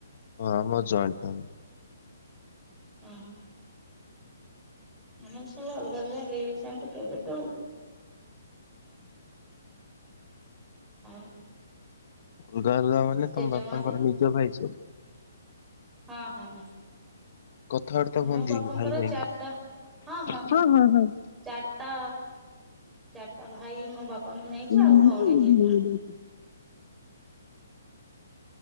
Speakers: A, on the left; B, in the centre.
A: ହଁ ଆମର ଜଏଣ୍ଟ ଫ୍ୟାମିଲି।
B: ଅହଁ। ଆମେ ସବୁ ଅଲଗା ଅଲଗା ହେଇଯାଇଛନ୍ତି କେବେଠୁ। ଆଁ।
A: ଅଲଗା ମାନେ ତମ
B: ଜେଜେମା
A: ବାପାଙ୍କର ନିଜ ଭାଇ ସେ?
B: ହଁ-ହଁ
A: କଥାବାର୍ତ୍ତା ହୁଅନ୍ତି
B: ମୋ ବାପାଙ୍କର
A: କି ଭାଇ ଭାଇ
B: ଚାରିଟା ହଁ-ହଁ-ହଁ।
A: ହଁ ହଁ ହଁ
B: ଚାରିଟା ଚାରିଟା ଭାଇ ମୋ ବାପାଙ୍କୁ ନେଇଛି ଆଉ
A: ହୁଁ ହୁଁ
B: ଭଉଣୀ ଦିଟା।